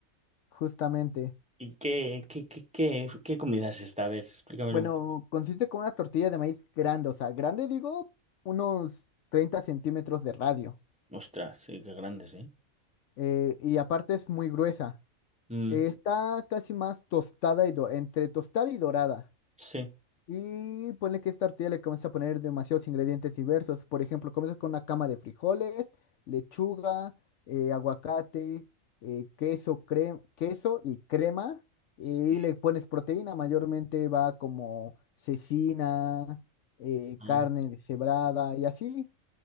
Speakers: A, on the left (about 65°); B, in the centre.
A: justamente.
B: ¿Y qué, qué, qué, qué, qué comida es esta? A ver, explícamelo.
A: Bueno,
B: un-
A: consiste con una tortilla de maíz grande, o sea, grande digo, unos 30 centímetros de radio.
B: Ostras, sí, qué grandes, ¿eh?
A: eh, y aparte es muy gruesa.
B: Mm,
A: eh, está casi más tostada y do- entre tostada y dorada.
B: sí.
A: Y ponle que esta tortilla le comienza a poner demasiados ingredientes diversos. Por ejemplo, comienza con una cama de frijoles, lechuga, eh, aguacate, eh, queso, cre- queso y crema.
B: Sí.
A: Y le pones proteína, mayormente va como cecina, eh,
B: Ah,
A: carne deshebrada y así.